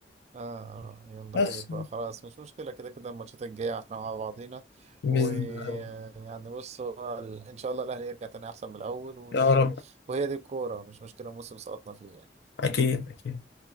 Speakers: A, on the right (about 35°); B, on the left (about 65°).
A: آه آه، يلا
B: بس
A: خير بقى خلاص مش مشكلة كده كده الماتشات الجاية احنا مع بعضينا
B: بإذن
A: ويعني
B: الله.
A: بص هو ال- إن شاء الله الأهلي يرجع تاني أحسن من الأول و...
B: يا رب
A: وهي دي الكورة مش مشكلة موسم سقطنا فيه
B: اكيد أكيد.